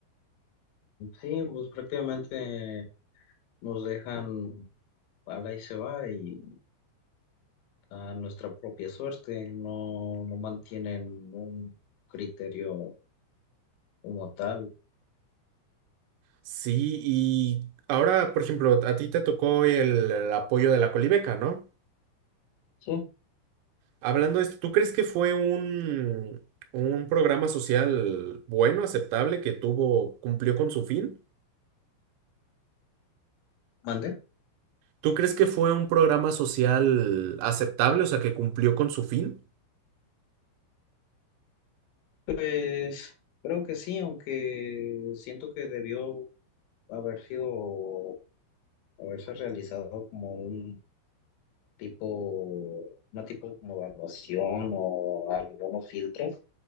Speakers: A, on the left; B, on the right.
A: Sí, pues prácticamente nos dejan... Ala y se va y a nuestra propia suerte, no, no mantienen un criterio como tal.
B: Sí, y ahora, por ejemplo, a ti te tocó el, el apoyo de la Colibeca, ¿no?
A: Sí,
B: Hablando de esto, ¿tú crees que fue un, un programa social bueno, aceptable, que tuvo, cumplió con su fin?
A: ¿Mande?
B: ¿Tú crees que fue un programa social aceptable, o sea, que cumplió con su fin?
A: Pues creo que sí, aunque siento que debió haber sido, haberse realizado como un tipo, una tipo como evaluación o algunos filtros,